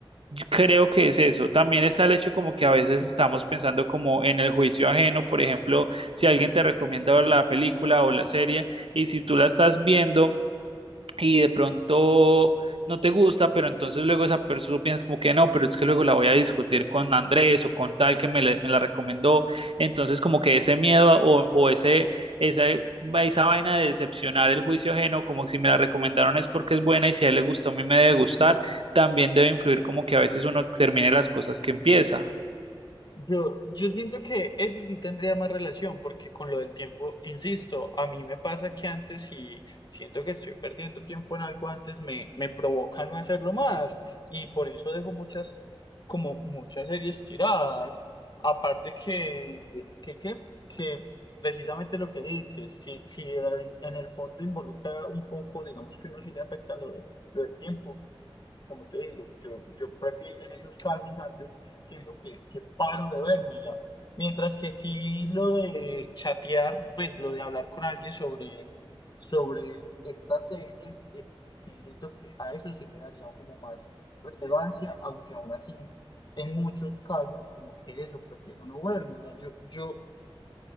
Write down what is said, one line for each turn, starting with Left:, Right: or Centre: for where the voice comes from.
Right: Yo creo que es eso. También está el hecho como que a veces estamos pensando como en el juicio ajeno, por ejemplo, si alguien te recomienda la película o la serie y si tú la estás viendo y de pronto no te gusta, pero entonces luego esa persona piensas como que no, pero es que luego la voy a discutir con Andrés o con tal que me, le- me la recomendó. Entonces como que ese miedo a- o, o ese, esa, esa vaina de decepcionar el juicio ajeno, como si me la recomendaron es porque es buena y si a él le gustó, a mí me debe gustar, también debe influir como que a veces uno termine las cosas que empieza.
Left: Yo, yo siento que eso sí tendría más relación, porque con lo del tiempo, insisto, a mí me pasa que antes si siento que estoy perdiendo tiempo en algo antes, me, me provoca no hacerlo más, y por eso dejo muchas, como muchas series tiradas. Aparte que, que, que, que precisamente lo que dices, si, si en, en el fondo involucra un poco, digamos que uno sí le afecta lo de, lo del tiempo como te digo, yo, yo prefiero en esos casos antes siento que, que paro de vérmela. Mientras que sí lo de chatear, pues lo de hablar con alguien sobre, sobre estas series, eh, sí siento que a eso sí le daría como más relevancia, aunque aún así en muchos casos como que eso, prefiero no vérmela. Yo, yo